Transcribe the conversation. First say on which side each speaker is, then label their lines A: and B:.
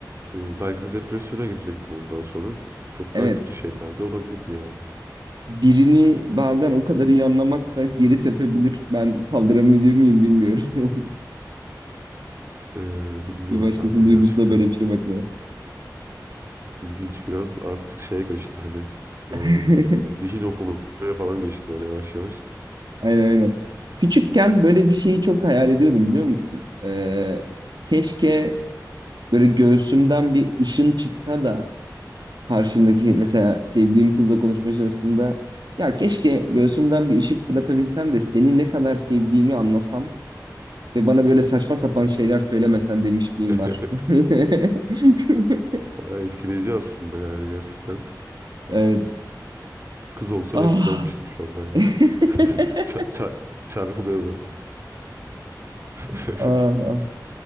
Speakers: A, on the right; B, on the right.
A: Ee, belki de depresyona girecektim ondan sonra. Çok
B: Evet.
A: daha kötü şeyler de olabilirdi yani.
B: Birini bazen o kadar iyi anlamak da geri tepebilir. Ben kaldırabilir miyim bilmiyorum. <laughs>
A: Ee, bilmiyorum
B: Bir başkasının
A: ben de
B: duygusuna
A: gerçekten.
B: böyle bir şey bakmaya.
A: ilginç biraz artık şeye geçti hani
B: <laughs>
A: ee, zihin okumaya falan geçti böyle yavaş yavaş.
B: Aynen aynen. Küçükken böyle bir şeyi çok hayal ediyordum biliyor musun? Ee, keşke böyle göğsümden bir ışın çıksa da karşımdaki mesela sevdiğim kızla konuşmaya çalıştığımda ya keşke göğsümden bir ışık fırlatabilsem de seni ne kadar sevdiğimi anlasam ve bana böyle saçma sapan şeyler söylemesen demişliğim
A: <laughs>
B: var. <laughs>
A: Bayağı etkileyici aslında yani gerçekten.
B: Evet.
A: Kız olsam
B: Ah.
A: etkilenmiştim şu an bayağı.
B: <laughs>
A: <laughs> Ça- ça- Çarpılıyor böyle. <laughs>
B: Ah, ah.